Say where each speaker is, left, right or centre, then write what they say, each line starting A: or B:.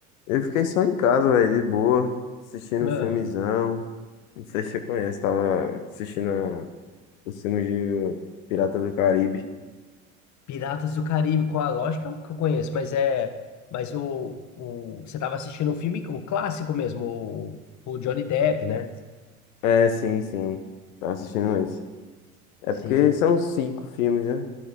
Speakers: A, on the left; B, on the left.
A: Eu fiquei só em casa, velho, de boa, assistindo
B: Ah,
A: um filmezão. Não sei se você conhece, tava assistindo a- os filmes de Pirata do Caribe.
B: Piratas do Caribe, qual? Lógico que eu que eu conheço, mas é. Mas o, o. Você tava assistindo o filme, o clássico mesmo, o, o Johnny Depp, né?
A: É, sim, sim. Tava assistindo esse. É
B: Sim.
A: porque são cinco filmes, né?